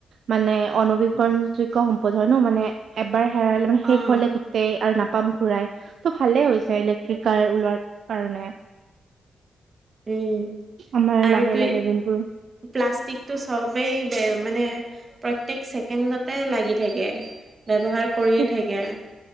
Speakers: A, on the right (about 70°); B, on the right (about 45°).
A: মানে অনবীকৰণযোগ্য সম্পদ হয় ন মানে। এবাৰ হেৰাইলে মানে শেষ
B: অ'
A: হলে গোটেই আৰু নাপাম ঘূৰাই ত'। ভালে হৈছে ইলেক্ট্ৰিক কাৰ ওলোৱাৰ কাৰণে।
B: উম।
A: আমাৰ
B: আৰু
A: লাহে,
B: তু
A: লাহে যোনবোৰ।
B: প্লাষ্টিকটো সবেই বে মানে। প্ৰত্যেক ছেকেণ্ডতে লাগি থাকে ব্যৱহাৰ কৰিয়ে
A: সেই-
B: থাকে।